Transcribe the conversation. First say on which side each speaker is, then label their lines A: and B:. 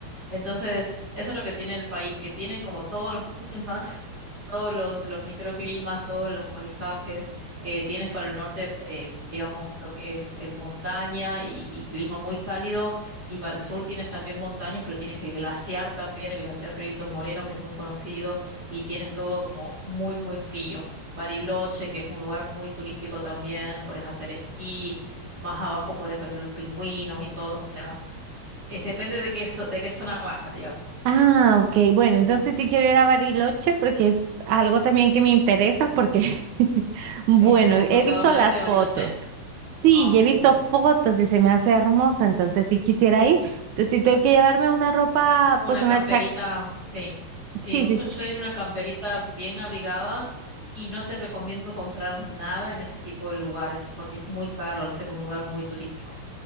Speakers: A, on the right (about 25°); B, on the right (about 80°).
A: Entonces, eso es lo que tiene el país, que tiene como todos los climas, <laughs> todos los, los microclimas, todos los paisajes. Eh, tienes para el norte, eh, digamos, lo que es eh, montaña y, y clima muy cálido, y para el sur tienes también montañas, pero tienes el glaciar también, el glaciar Perito Moreno, que es muy conocido, y tienes todo como muy, muy frío. Bariloche, que es un lugar muy turístico también, puedes hacer esquí, más abajo puedes ver los pingüinos y todo, o sea. Es depende de qué, zo- de qué zona vayas, digamos.
B: Ah, ok, bueno, entonces sí quiero ir a Bariloche porque es algo también que me interesa porque, <laughs> bueno,
A: Sí, ¿has
B: he
A: escuchado
B: visto
A: hablar
B: las
A: de Bariloche?
B: fotos. Sí,
A: Ah,
B: y he visto
A: sí.
B: fotos y se me hace hermoso, entonces sí quisiera ir. Entonces sí tengo que llevarme una ropa,
A: Una
B: pues una
A: camperita,
B: chaqueta,
A: sí. Sí,
B: sí,
A: un-
B: sí,
A: yo,
B: sí,
A: yo diría una camperita bien abrigada y no te recomiendo comprar nada en ese tipo de lugares porque es muy caro al ser un lugar muy turístico.